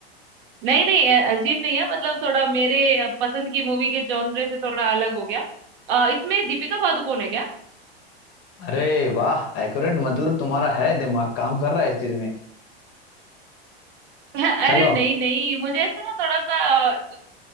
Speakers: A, on the right (about 50°); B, on the left (about 40°).
A: नहीं नहीं अ, अजीब नहीं है मतलब थोड़ा मेरे अ, पसंद की मूवी के जॉनरे से थोड़ा अलग हो गया अ, इसमें दीपिका पादुकोण है क्या
B: अरे वाह एक्यूरेट मतलब तुम्हारा है दिमाग काम कर रहा है इस चीज में
A: <laughs> अरे
B: चलो
A: नहीं नहीं मुझे ऐसा ना थोड़ा सा